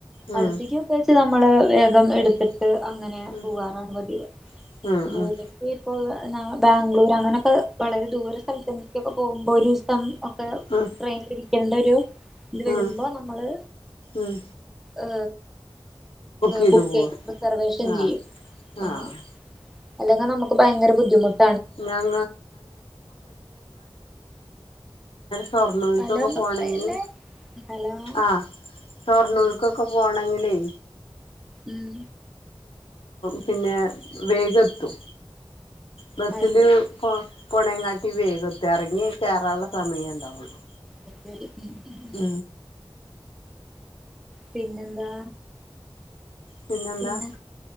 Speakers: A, on the left; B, in the centre.
A: ഉം
B: അടുതേക് ഒക്കെച നമ്മള് വേഗം എടുത്തിട്ട്
A: ഉം
B: അങ്ങനെ
A: ഉം
B: പോകാറാണ് പതിവ്.
A: ഉം
B: ദൂരേക്ക്
A: ഉം ഉം
B: ഇപ്പൊ, ബാംഗ്ലൂർ അങ്ങനൊക്കെ വളരെ ദൂര സ്ഥലത്തേക്കൊക്കെ പോകുമ്പോ ഒരു ദിവസം ഒക്കെ
A: ഉം
B: ട്രെയിനിൽ ഇരിക്കേണ്ട ഒരു ഇത് വരുമ്പോ
A: ഉം
B: നമ്മള്
A: ഉം
B: ഏ
A: ചെയ്ത്
B: ബുക്ക്
A: പോവാ
B: ചെയ്യും റിസർവേഷൻ
A: ആഹ്
B: ചെയ്യും അങ്ങനെ
A: ആഹ്
B: അല്ലെങ്കിൽ നമുക്ക് ഭയങ്കര ബുദ്ധിമുട്ട്
A: മം ഷൊർണ്ണൂർക്കൊക്കെ
B: സ്ഥലൊന്നും
A: പോണെങ്കി
B: അല്ലേ സ്ഥലം
A: ആ ഷൊർണ്ണൂർ ക്കൊക്കെ പോകണമെങ്കിലേ
B: ഉം
A: പിന്നെ വേഗം എത്തും ബസ്സില്
B: അത് ശരി
A: പോ പോണേ കാട്ടി വേഗം എത്തും ഇറങ്ങി കയറാനുള്ള സമയം ഉണ്ടാവുള്ളു
B: അത് ശരി ഉം ഉം
A: ഉ
B: പിന്നെന്താ
A: പിന്നെന്താ
B: പിന്നെ